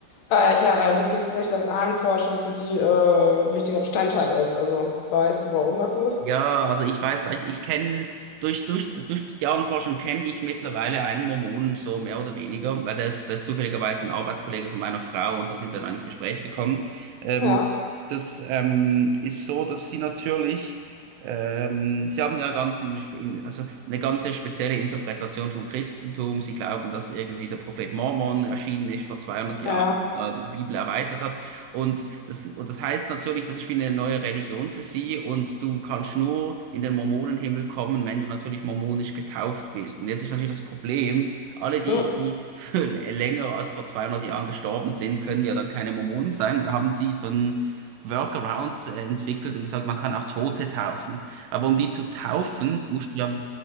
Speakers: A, on the left; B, on the right.
A: äh, ich äh, wusste jetzt nicht, dass Ahnenforschung für die äh, wichtiger Bestandteil ist. Also weißt du, warum das so ist?
B: Ja, also ich weiß, ich, ich kenne durch, durch, durch die Jahrenforschung kenne ich mittlerweile einen Mormonen so mehr oder weniger, weil der ist, der ist zufälligerweise ein Arbeitskollege von meiner Frau und so sind wir dann ins Gespräch gekommen. Ähm,
A: Ja,
B: das ähm, ist so, dass sie natürlich, ähm, sie haben ja ganz, eine spe- also eine ganze spezielle Interpretation vom Christentum. Sie glauben, dass irgendwie der Prophet Mormon erschienen ist vor 200 Mhm.
A: ja,
B: Jahren, da die Bibel erweitert hat. Und das, und das heißt natürlich, das ist wie eine neue Religion für sie und du kannst nur in den Mormonenhimmel kommen, wenn du natürlich mormonisch getauft bist. Und jetzt ist natürlich das Problem, alle die,
A: ja.
B: die für länger als vor 200 Jahren gestorben sind, können ja dann keine Mormonen sein. Da haben sie so einen Workaround äh, entwickelt und gesagt, man kann auch Tote taufen. Aber um die zu taufen, musst du ja,